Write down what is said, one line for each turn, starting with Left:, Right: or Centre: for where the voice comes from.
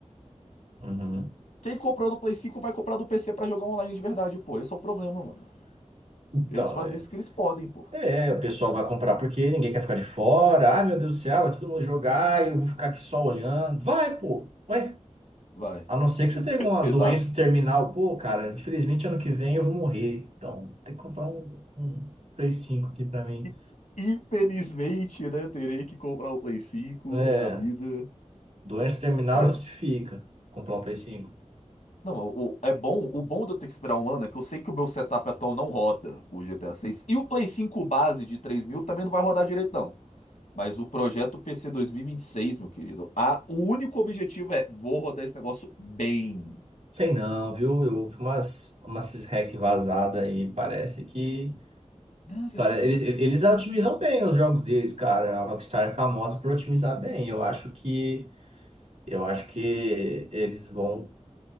Right: Uhum.
Left: Quem comprou do Play 5 vai comprar no PC pra jogar online de verdade, pô. Esse é o problema, mano.
Right: Então,
Left: Eles fazem
Right: é,
Left: isso porque eles podem, pô.
Right: é, o pessoal vai comprar porque ninguém quer ficar de fora. Ai, meu Deus do céu, vai todo mundo jogar e eu vou ficar aqui só olhando. Vai, pô! Ué,
Left: Vai.
Right: A não ser que você tenha uma
Left: Exato.
Right: doença terminal, pô, cara, infelizmente ano que vem eu vou morrer. Então, tem que comprar um, um Play 5 aqui pra mim.
Left: E, Infelizmente, né? Terei que comprar o Play cinco
Right: É,
Left: É a vida.
Right: doença terminal
Left: Não,
Right: justifica comprar um Play 5.
Left: não, o, é bom. O bom de eu ter que esperar um ano é que eu sei que o meu setup atual não roda o GTA seis E o Play 5 base de 3 mil também não vai rodar direito, não. Mas o projeto PC 2026, meu querido, a, o único objetivo é vou rodar esse negócio bem.
Right: Sei não, viu? Eu ouvi umas, umas hack vazada aí, parece que.
Left: Não, versão
Right: cara,
Left: de.
Right: Eles,
Left: versão-
Right: eles otimizam bem os jogos deles, cara. A Rockstar é famosa por otimizar bem. Eu acho que. Eu acho que eles vão.